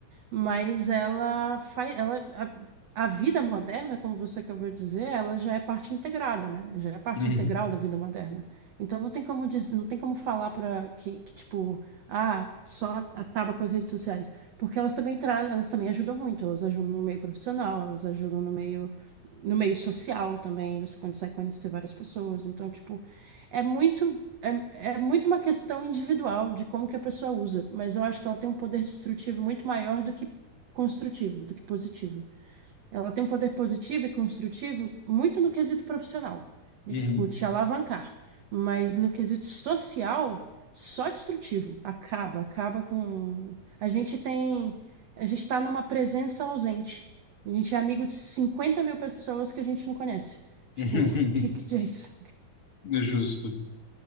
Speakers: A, on the right; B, on the left.
A: mas ela faz, ela, a, a vida moderna, como você acabou de dizer, ela já é parte integrada, né? Já é parte
B: uhum,
A: integral da vida moderna. Então não tem como diz, não tem como falar para que, que tipo, ah, só acaba com as redes sociais, porque elas também tra elas também ajudam muito, elas ajudam no meio profissional, elas ajudam no meio no meio social também, você consegue conhecer várias pessoas. Então, tipo, é muito é, é muito uma questão individual de como que a pessoa usa, mas eu acho que ela tem um poder destrutivo muito maior do que construtivo, do que positivo. Ela tem um poder positivo e construtivo muito no quesito profissional, de
B: uhum,
A: tipo te alavancar, mas no quesito social, só destrutivo. Acaba, acaba com. A gente tem, a gente tá numa presença ausente. A gente é amigo de 50 mil pessoas que a gente não conhece. Tipo,
B: uhum.
A: <laughs> o que que
B: <laughs>
A: é isso?
B: É Justo.